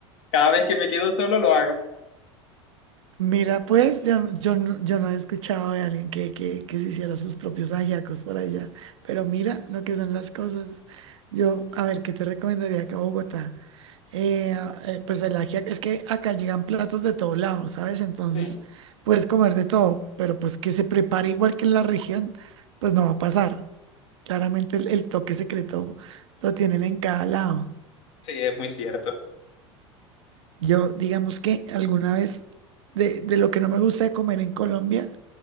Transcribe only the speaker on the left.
Cada vez que me quedo solo lo hago.
Sí,
sí, es muy cierto.